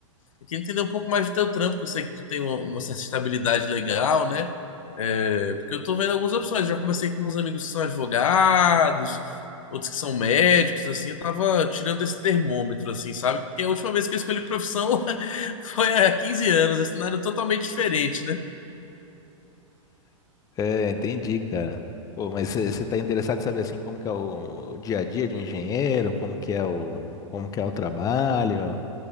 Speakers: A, on the left; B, on the left.
A: Eu queria entender um pouco mais do teu trampo, que eu sei que tu tem uma, uma certa estabilidade legal, né? É, porque eu tô vendo algumas opções. Já conversei com uns amigos que são advogados, outros que são médicos, assim. Eu tava tirando esse termômetro, assim, sabe? Porque a última vez que eu escolhi profissão <laughs> foi há 15 anos, é um cenário totalmente diferente, né?
B: É, entendi, cara. Pô, mas você tá interessado em saber assim como que é o dia a dia de um engenheiro, como que é o, como que é o trabalho?